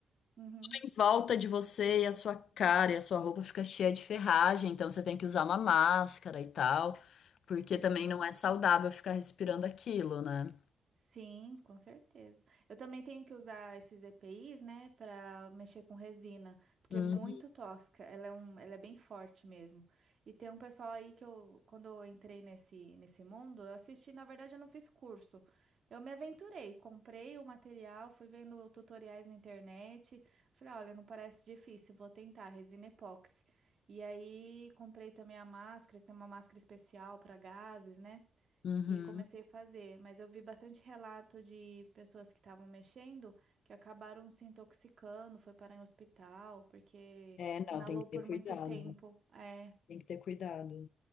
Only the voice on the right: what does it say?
Uhum,
entendi.
Sim, com certeza. Eu também tenho que usar esses EPIs, né, para mexer com resina, porque
é muito tóxica. Ela é um, ela é bem forte mesmo. E tem um pessoal aí que eu, quando eu entrei nesse nesse mundo, eu assisti, na verdade, eu não fiz curso. Eu me aventurei, comprei o material, fui vendo tutoriais na internet. Falei, olha, não parece difícil, vou tentar resina epóxi. E aí comprei também a máscara, que tem uma máscara especial para gases, né?
e comecei a fazer, mas eu vi bastante relato de pessoas que estavam mexendo que acabaram se intoxicando, foi parar em hospital porque
inalou
por
muito tempo. É,